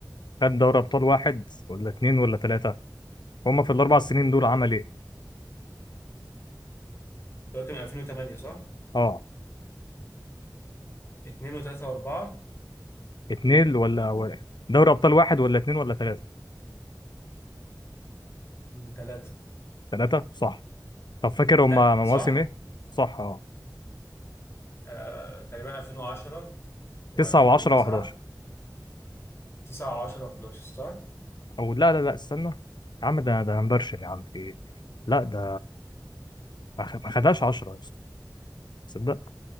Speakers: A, on the left; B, on the left.
A: خد دوري ابطال واحد ولا اتنين ولا تلاتة هما في الاربع سنين دول عمل ايه
B: انت قلت من 2008 صح
A: اه
B: 2 و3 و4
A: اتنين ولا ولا- دوري ابطال واحد ولا اتنين ولا تلاتة
B: 3
A: تلاتة صح طب فاكر
B: لا
A: هما مواسم
B: صح
A: ايه صح اه
B: آه تقريبا 2010 و2009
A: تسعة و10 و11
B: 9 و10 و11 صح
A: او لا لا لا استنى يا عم ده ده هنبرشن يا عم في ايه لا ده ما خ- ما خدهاش 10 يا اسطى تصدق